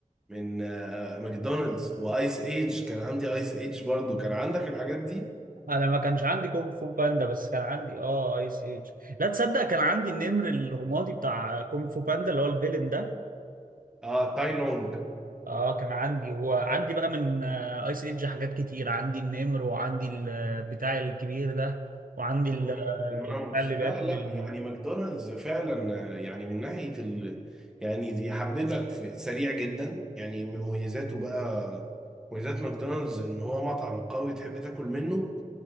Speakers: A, in the centre; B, on the right.
A: من آه، ماكدونالدز وايس ايج كان عندي ايس ايج برضو كان عندك الحاجات دي
B: انا ما كانش عندي كونغ فو باندا بس كان عندي اه ايس ايج لا تصدق كان عندي النمر الرمادي بتاع كونغ فو باندا اللي هو الفيلن ده
A: اه تاي لونج
B: اه كان عندي وعندي بقى من آه ايس ايج حاجات كتير عندي النمر وعندي البتاع الكبير ده وعندي ال-
A: مم،
B: آه،
A: الماموس
B: البتاع اللي
A: لا
B: باكل
A: لا
B: ال...
A: يعني ماكدونالدز فعلا آه، يعني من ناحيه ال... يعني يحببك في سريع جدا يعني من مميزاته بقى مميزات ماكدونالدز ان هو مطعم قوي تحب تاكل منه